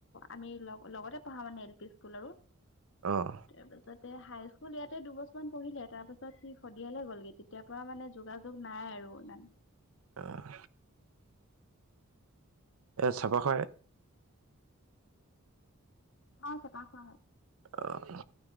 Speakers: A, on the left; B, on the right.
A: আমি লগ-লগতে পঢ়া মানে এল পি স্কুল আৰু।
B: অঁ
A: তাৰপাছত এ হাই স্কুল ইয়াতে দুবছৰমান পঢ়িলে। তাৰ পাছত সি সদিয়ালে গ'লগে তেতিয় পৰা মানে যোগাযোগ নাই আৰু। আৰু ইমান।
B: অহ। এ চাবা খ
A: অ চাফা খোৱা হয়।
B: অহ